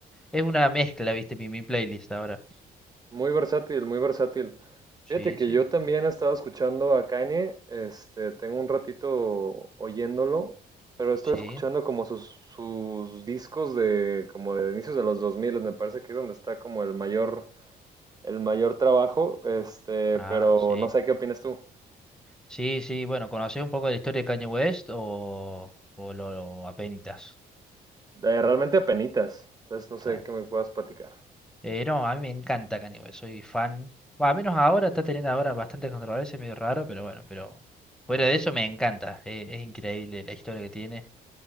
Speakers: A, in the centre; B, on the right (about 25°).
A: Es una mezcla, viste, mi, mi playlist ahora.
B: Muy versátil, muy versátil. Fíjate
A: Sí,
B: que
A: sí,
B: yo también he estado escuchando a Kanye, este, tengo un ratito oyéndolo, pero estoy
A: sí.
B: escuchando como sus, sus discos de como de inicios de los 2000 me parece que es donde está como el mayor el mayor trabajo, este,
A: Ah,
B: pero
A: sí.
B: no sé qué opinas tú.
A: Sí, sí, bueno, ¿conocés un poco de la historia de Kanye West o, o lo apenitas?
B: Eh, realmente apenitas, entonces no sé
A: Claro.
B: qué me puedas platicar.
A: Eh, no, a mí me encanta Kanye West, soy fan. Bueno, al menos ahora, está teniendo ahora bastante controversia, medio raro, pero bueno, pero fuera de eso me encanta. eh, es increíble la historia que tiene.